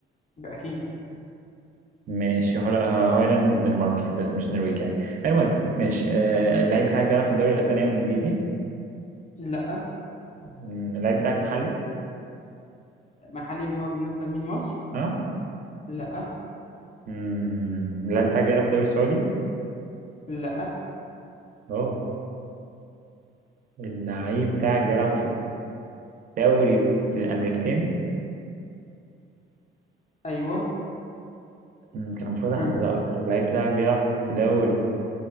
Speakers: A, on the left; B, on the right.
A: اكيد
B: ماشي هو لا، هايلاند دنماركي بس مش نرويجي يعني المهم ماشي آه، اللعيب بتاعك بيلعب في الدوري الاسباني او الانجليزي
A: لا
B: مم، اللعيب بتاعك محلي
A: محلي اللي هو بالنسبه لمين مصر
B: ها
A: لا
B: مم، اللعيب بتاعك بيلعب في الدوري السعودي
A: لا
B: اه اللعيب بتاعك بيلعب في الدوري في الامريكتين
A: ايوه
B: مم، كان المفروض احددها
A: <laughs>
B: اكتر اللعيب بتاعك بيلعب في دوري